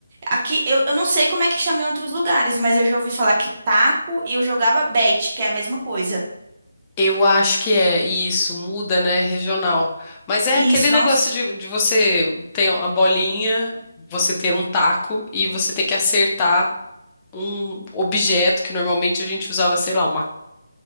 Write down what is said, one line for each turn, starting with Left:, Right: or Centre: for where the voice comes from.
Right: aqui eu, eu não sei como é que chama em outros lugares, mas eu já ouvi falar que taco e eu jogava bete, que é a mesma coisa.
Left: Eu acho que é isso, muda, né, regional. Mas é
Right: Isso,
Left: aquele negócio
Right: nossa,
Left: de, de você ter uma bolinha, você ter um taco e você ter que acertar um objeto que normalmente a gente usava, sei lá, uma,